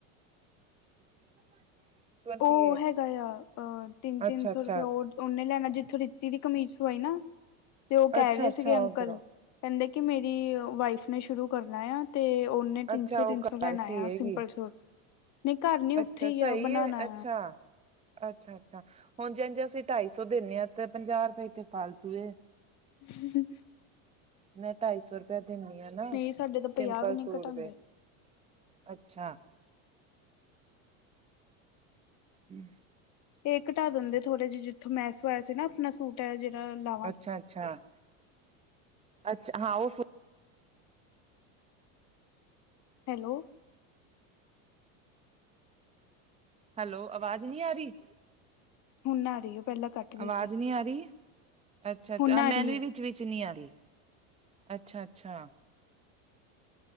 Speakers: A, on the right; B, on the left.
A: <inaudible>
B: ਉਹ
A: ਏਟ
B: ਹੈਗਾ ਤਾਂ, ਅ ਤਿੰਨ-ਤਿੰਨ
A: ਅੱਛਾ-ਅੱਛਾ,
B: ਸੌ ਰੁਪਇਆ ਉਹਨੇ ਲੈਣਾ ਜਿੱਥੋਂ ਰਿੱਤੀ ਦੀ ਕਮੀਜ਼ ਸਵਾਈ ਨਾ, ਤੇ ਉਹ ਕਹਿ
A: ਅੱਛਾ-ਅੱਛਾ
B: ਰਹੇ ਸੀਗੇ ਅੰਕਲ।
A: ਉਧਰੋਂ
B: ਕਹਿੰਦੇ ਕੀ ਮੇਰੀ ਵਾਈਫ ਨੇ ਸ਼ੁਰੂ ਕਰਨਾ ਯਾ, ਤੇ ਉਹਨ ਤਿੰਨ-ਸੋ,
A: ਅੱਛਾ ਉਹ
B: ਤਿੰਨ-ਸੋ
A: ਘਰ
B: ਲੈਣਾ
A: ਸੀ
B: ਤਾਂ,
A: ਹੈਗੀ।
B: ਸਿੰਪਲ ਸੂਟ, ਨਹੀਂ ਘਰ ਨੀ ਉੱਥੇ
A: ਅੱਛਾ
B: ਹੀ
A: ਸਹੀ
B: ਆ ਉਹ ਬਣਾਣਾ
A: ਏ ਅੱਛਾ! ਅੱਛਾ-ਅੱਛਾ, ਹੁਣ ਜੇਂਜ ਅਸੀਂ ਢਾਈ-ਸੌ ਦਿੰਨੇ ਹਾਂ, ਤੇ ਪੰਜਾਹ-ਰੁਪਏ ਇੱਥੇ ਫਾਲਤੂ‌ ਦੇ।
B: ਹੰ, ਹੰ
A: ''ਮੈਂ' ਢਾਈ-ਸੌ ਰੁਪਇਆ ਦਿੰਨੀ ਆਂ, ਨਾ
B: ਨਹੀਂ ਸਾਡੇ ਤਾਂ
A: ਸਿੰਪਲ
B: ਪੰਜਾਹ ਵੀ ਨਹੀਂ
A: ਸੂਟ
B: ਘਟਾਉਂਦੇ
A: ਦੇ। ਅੱਛਾ। ਹੂੰ
B: ਇਹ ਘਟਾ ਦਿੰਦੇ ਥੋੜੇ ਜਿਹੇ, ਜਿੱਥੋਂ ਮੈਂ ਸਵਾਇਆ ਸੀ ਨਾ ਆਪਣਾ ਸੂਟ। ਜਿਹੜਾ ਲਾ
A: ਅੱਛਾ-ਅੱਛਾ, ਅੱਛਾ, ਹਾਂ ਉਹ
B: ਹੈਲੋ।
A: ਹੈਲੋ, ਅਵਾਜ਼ ਨਹੀਂ ਆ ਰਹੀ?
B: ਹੁਨ ਆ ਰਹੀ ਏ, ਪਹਿਲਾਂ ਘੱਟ ਗਈ
A: ਆਵਾਜ਼
B: ਸੀ।
A: ਆ ਰੀਏ, ਅੱਛਾ,
B: ਹੁਣ
A: ਅੱ
B: ਆ
A: ਮੈਨੇ
B: ਰਹੀ ਹੈ
A: ਵਿੱਚ-ਵਿਚ ਨੀ ਆ ਰਹੀ। ਅੱਛਾ-ਅੱਛਾ।